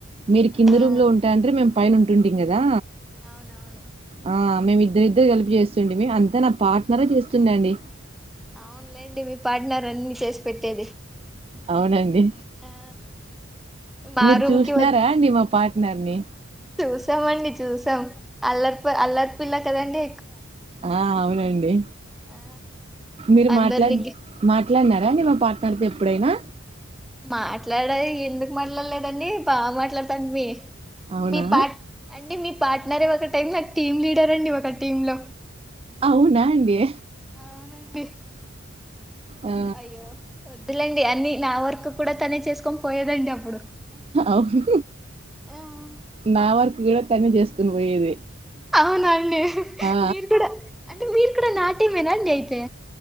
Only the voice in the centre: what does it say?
ఆ
అవునవును
అవునులేండి మీ పార్ట్నార్ అన్ని చేసి పెట్టేది
ఆ మా
రూమ్
కి
తేస్ చసామండి చూసాం అల్లర్ అల్లర్ పిల్ల కదా అండి
ఆ
అందరిని
మాట్లాడ ఎందుకు మాట్లాడలేదండి బాగా మాట్లాడతాం మీ
మీ పాట్ అంటే మీ పాట్నారే ఒక టైం నాకు టీమ్ లీడర్ అండి ఒక టీమ్ లో
అవునండి
అయ్యో వద్దు వదిలండి అన్ని నా వర్కు కూడా తనే చేసుకొని పోయేదండి అప్పుడు
ఆ
అవునండి
మీరు కూడా అంటే మీరు కూడా నా టేమ్ ఎన్నా అండి అయితే